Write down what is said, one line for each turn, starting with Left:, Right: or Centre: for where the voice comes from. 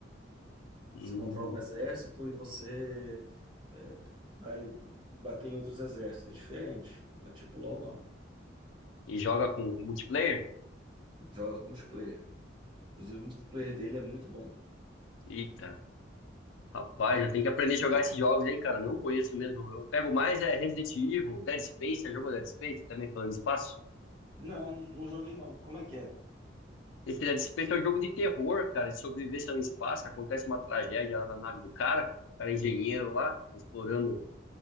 Left: Hum.
Right: Você controla um exército e você é, vai bater em outros exércitos. É diferente. Não é tipo LoL, não.
Left: E joga com multiplayer?
Right: Joga multiplayer. Inclusive, o multiplayer dele é muito bom.
Left: Eita. Rapaz, eu tenho que aprender a jogar esses jogos, hein, cara? Não conheço mesmo. Eu pego mais é Resident Evil, Dead Space. Já jogou Dead Space? Também falando de espaço?
Right: Não, não joguei não. Como é que é?
Left: Esse Dead Space é um jogo de terror, cara, de sobrevivência no espaço. Acontece uma tragédia lá na nave do cara, o cara é engenheiro lá, explorando